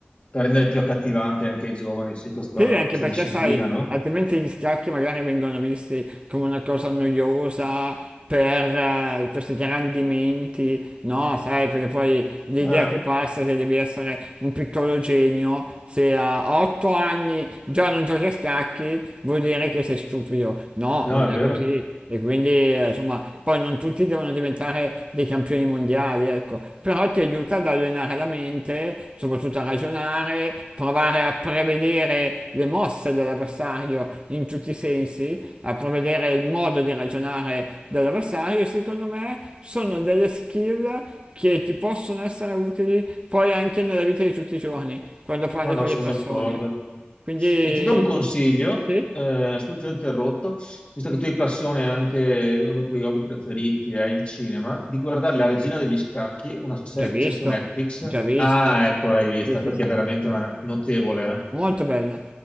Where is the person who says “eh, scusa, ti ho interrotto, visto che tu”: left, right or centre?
Left